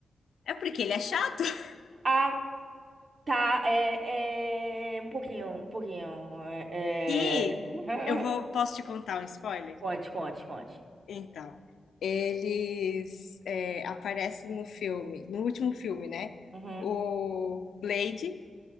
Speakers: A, on the left; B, on the right.
A: É porque ele é chato. <laughs>
B: Ah, tá. É, é... Um pouquinho, um pouquinho. É...
A: E
B: é.
A: eu vou, posso te contar um spoiler?
B: <laughs> Conte, conte, conte.
A: Então, eles é, aparecem no filme, no último filme, né?
B: Uhum.
A: O Blade,